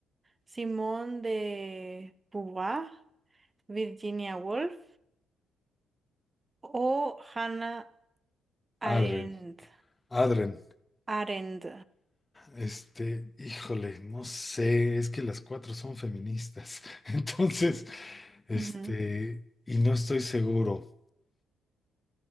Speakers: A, on the right; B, on the left.
A: Simone de Beauvoir, Virginia Woolf o Hannah Arendt.
B: Adren, Adren,
A: Arendt.
B: este, híjole, no sé, es que las cuatro son feministas, <laughs> entonces, este,
A: Ujú.
B: y no estoy seguro.